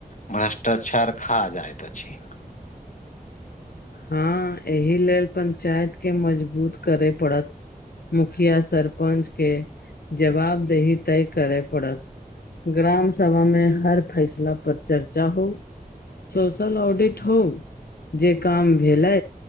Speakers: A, on the left; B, on the left.
A: भ्रष्टाचार खा जाइत अछि।
B: हां एहि लेल पंचायत के मजबूत करय पड़त। मुखिया सरपंच के जवाबदेही तय करय पड़त। ग्राम सभा मे हर फेसला पर चर्चा हो, सोशल ऑडिट हो जे काम भेलै,